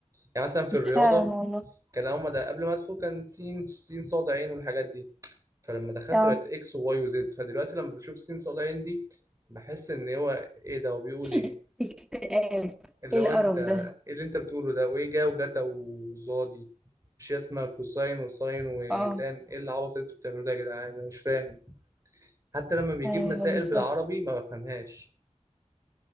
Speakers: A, on the right (about 25°); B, in the centre.
A: يعني مثلا في الرياضه
B: فعلا والله
A: كان هما ده قبل ما ادخل كان سين سين صاد عين والحاجات دي فلما دخلت
B: اه
A: بقت اكس وواي وزد فدلوقتي لما بشوف سين صاد عين دي بحس ان هو ايه ده وبيقول
B: <laughs>
A: ايه
B: اكتئاب
A: اللي
B: ايه
A: هو
B: القرف
A: انت
B: ده
A: ايه اللي انت بتقوله ده وايه جا وجتا وزادي مش هي اسمها كوساين وساين وتان
B: اه
A: ايه العبط اللي انتوا بتعملوه ده يا جدعان انا مش فاهم حتى لما بيجيب
B: ايوه
A: مسائل
B: بالظبط
A: بالعربي ما بفهمهاش